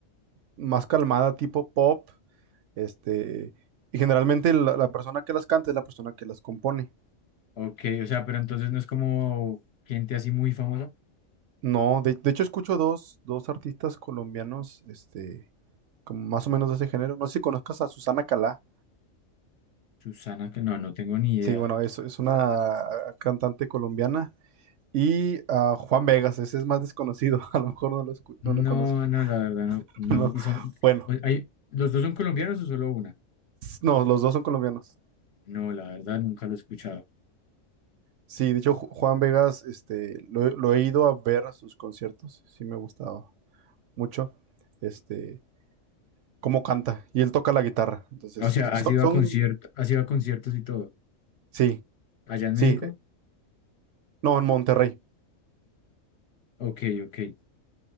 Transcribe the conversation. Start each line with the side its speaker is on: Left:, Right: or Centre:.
Right: más calmada, tipo pop, este, y generalmente la, la persona que las canta es la persona que las compone.
Left: Ok, o sea, pero entonces no es como gente así muy famosa.
Right: No, de, de hecho escucho dos, dos artistas colombianos, este, como más o menos de ese género. No sé si conozcas a Susana Calá.
Left: Susana, que no, no tengo ni idea.
Right: Sí, bueno, es, es una cantante colombiana. Y a Juan Vegas, ese es más desconocido, <laughs> a lo mejor no lo, escu-
Left: No,
Right: no lo conoces.
Left: no,
Right: <laughs>
Left: la verdad, no, no.
Right: No.
Left: Y son,
Right: Bueno,
Left: o- hay, ¿los dos son colombianos o solo una?
Right: no, los dos son colombianos.
Left: No, la verdad, nunca lo he escuchado.
Right: Sí, de hecho, Ju- Juan Vegas, este, lo, lo he ido a ver a sus conciertos, sí me ha gustado mucho, este, cómo canta, y él toca la guitarra, entonces,
Left: O sea,
Right: son,
Left: ¿has ido
Right: son-
Left: a conciertos, has ido a conciertos y todo?
Right: sí,
Left: ¿Allá en
Right: sí,
Left: México?
Right: no, en Monterrey,
Left: Ok, ok.